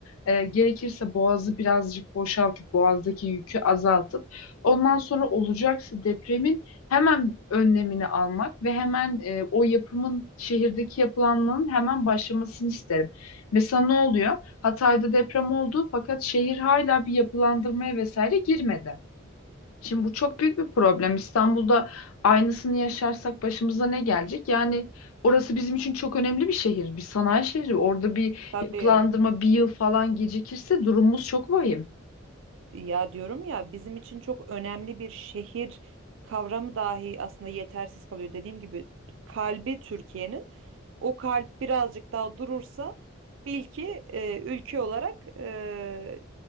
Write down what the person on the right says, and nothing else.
Tabii
Ya diyorum ya bizim için çok önemli bir şehir kavramı dahi aslında yetersiz kalıyor. Dediğim gibi kalbi Türkiye'nin o kalp birazcık daha durursa bil ki e, ülke olarak e,